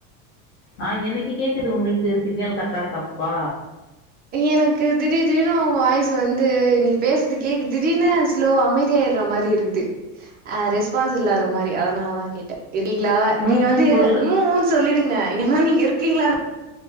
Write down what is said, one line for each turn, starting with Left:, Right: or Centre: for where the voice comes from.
Left: ஆ எனக்கு கேக்குது உங்களுக்கு சிக்னல் கர்ட்டா இருக்காப்பா
Right: எனக்கு திடீர் திடீனு உ வாய்சு வந்து நீ பேசற்து கேக்கு திடீர்னு க்ளோ அமைதியாயிர்ற மாரி இருக்குது அ ரெஸ்பான்ஸ் இல்லாத மாரி அதனாலதா கேட்டே இருக்கிங்ளா
Left: ம்
Right: நீங்க வந்து
Left: ம் சொல்லு
Right: மோன்ஸ் சொல்லிடுங்க ஏனா நீங்க இருக்கீங்ளானு